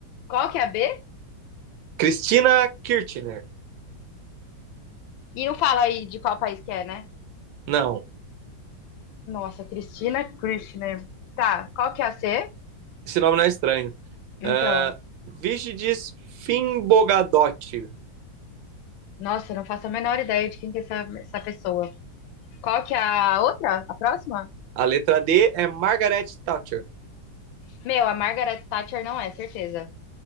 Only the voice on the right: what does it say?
Cristina Kirchner.
Não,
esse nome não é estranho.
Uh, Vigidis Finbogadotti.
A letra D é Margaret Thatcher.